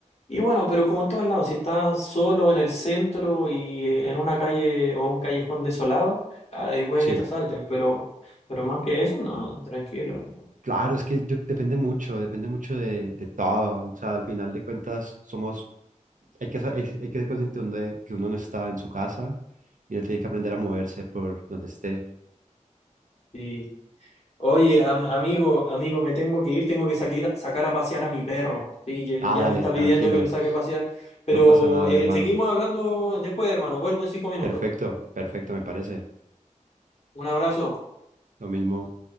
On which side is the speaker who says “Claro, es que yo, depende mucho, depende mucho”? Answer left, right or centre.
Right